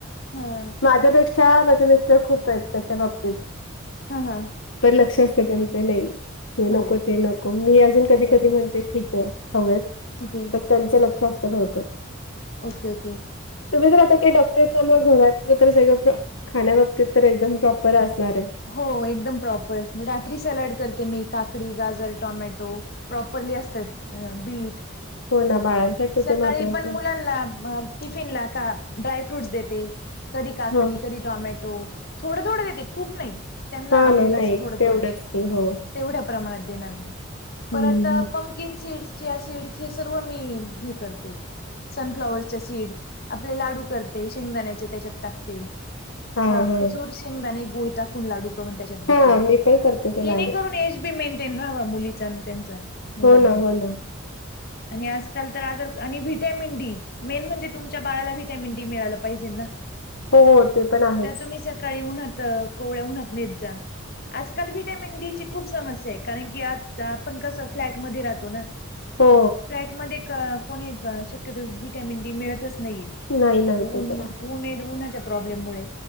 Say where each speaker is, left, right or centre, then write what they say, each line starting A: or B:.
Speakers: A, on the left; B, on the left.
A: हा.
B: माझ्यापेक्षा माझे मिस्टर खूप आहेत त्याच्या बाबतीत.
A: हा हा.
B: पण लक्ष असतं
A: ओके
B: त्यांचं
A: ओके
B: नाही. हे
A: हो
B: नको ते नको मी अजून
A: तीन
B: कधी कधी
A: प
B: म्हणते ठीके आहे हवेत.
A: ठीक आहे
B: मग त्यांचं लक्ष असतं बहुतेक
A: ओके ओके.
B: तुम्ही जर आता काही डॉक्टरस मग घरातलं तर, सगळं खाण्या बाबतीत तर एकदम प्रॉपर असणार ए
A: हो एकदम प्रॉपर रात्री सलाड करते. मी काकडी, गाजर, टोमॅटो प्रॉपरली असतात अ बीट
B: हो ना
A: देते.
B: बाळांसाठी
A: सकाळी
B: ते महत्त्वाचं
A: पण
B: आहे.
A: मुलांना अ टिफिन ला का ड्राय फ्रूट्स देते. कधी काकडी,
B: हा
A: कधी टॉमॅटो थोडं थोडं देते. खूप नाही त्यांना
B: हा
A: आवडेल
B: ना नाही
A: असं थोडं
B: तेवढंच
A: थोडं.
B: की हो
A: तेवढ्या प्रमाणात देणार मी परत
B: हम्म
A: अ पण किन सीड् चिया सीडस हे सर्व मी हे करते. सनफ्लॉवरर्सचे सीड, आपले लाडू करते शेंगदाण्याचे त्याच्यात टाकते.
B: हम्
A: ख
B: हा
A: खजूर, शेंगदाने, गूळ टाकून लाडू करून त्याच्यात देते,
B: हा हा मी पण करते ते
A: जेणेकरून
B: लाडू
A: एज तुम्ही मेंटेन रहावा मुलीचा आणि त्यांच्या मुलांच्या.
B: हो ना हो ना
A: आणि आजकाल तर आज आणि व्हिटॅमिन डी, मेन म्हणजे तुमच्या बाळाला व्हिटॅमिन डी मिळालं पाहिजे ना.
B: हो हो ते पण आहेच.
A: तर तुम्ही सकाळी उन्हात कोवळ्या उन्हात नेत जा. आजकाल व्हटॅमिन डी ची खूप समस्या आहे, कारण की आज आपण कसं फ्लॅटमध्ये राहतो ना.
B: हो
A: फ्लॅट मध्ये कोणी शक्यतो वि्हटॅमिन डी मिळतच नाहीये.
B: नाही नाही
A: ऊन
B: ते तर
A: होवू नये उन्हाच्या प्रॉब्लेम मुळे